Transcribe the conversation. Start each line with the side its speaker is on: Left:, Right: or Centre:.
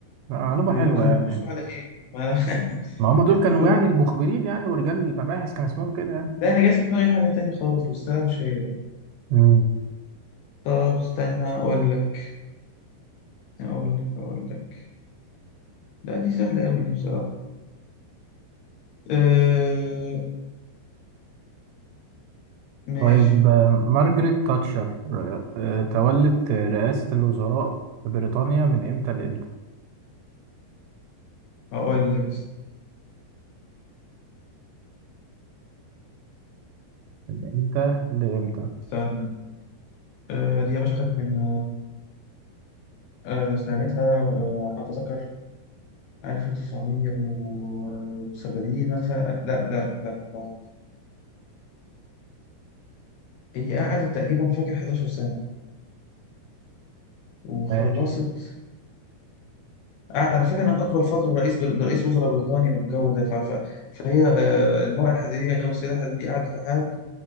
Right: معلومة
Left: بيبقوا-
Right: حلوة
Left: كانوا
Right: يعني
Left: بيبصوا على ايه ما انا <laughs>
Right: ما هم دول
Left: معلومة
Right: كانوا يعني المخبرين يعني ورجال المباحث كان اسمهم كده
Left: لا انا جات في دماغي حاجة تانية خالص بس انا مش هي بقى
Right: يعني
Left: طب استنى اقول لك اقول لك اقول لك لا دي سهلة قوي دي بصراحة أه ماشي
Right: طيب آه، مارجريت تاتشر ر- آه، تولت رئاسة الوزراء في بريطانيا من امتى لامتى؟
Left: اقول لك
Right: من امتى لامتى؟
Left: استنى أه دي يا باشا خدت من آه، استعنتها آه، على ما اتذكر 1970 مثلا لا لا لا ما- هي قعدت تقريبا فاكر 11 سنة وخلصت
Right: ماشي
Left: قعد انا فاكر ان اطول فترة رئيس بر... رئيس وزراء بريطاني والجو ده ف... ف... فهي آه، المرأة الحديدية والسيدة الحديدية قعدت لحد